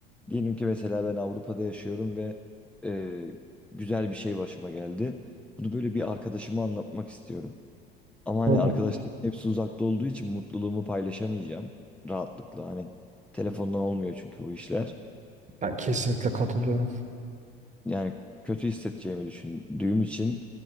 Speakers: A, in the centre; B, on the right.
A: Diyelim ki mesela ben Avrupa'da yaşıyorum ve e, güzel bir şey başıma geldi. Bunu böyle bir arkadaşıma anlatmak istiyorum. Ama hani
B: Hı hı.
A: arkadaşlarım hepsi uzakta olduğu için mutluluğumu paylaşamayacağım rahatlıkla. Hani telefondan olmuyor çünkü bu işler.
B: Ben kesinlikle katılıyorum.
A: Yani kötü hissedeceğimi düşündüğüm için